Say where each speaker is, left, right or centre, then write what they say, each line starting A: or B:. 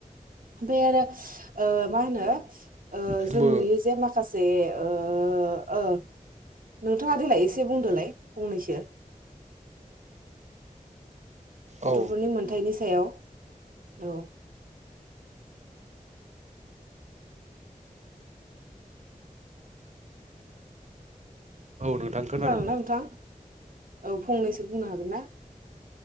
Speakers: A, on the right (about 80°); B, on the right (about 55°).
A: ओमफ्राय आरो ओ मा होनो
B: आंबो
A: जों नुयो जे माखासे ओ ओ ओ। नोंथाङा देलाय एसे बुंदोलाय फंनैसो गथ'फोरनि
B: औ
A: मोनथायनि सायाव औ।
B: नोंथां खोनादों
A: खोनाना नोंथां? औ फंनैसो बुंनो हागोन ना?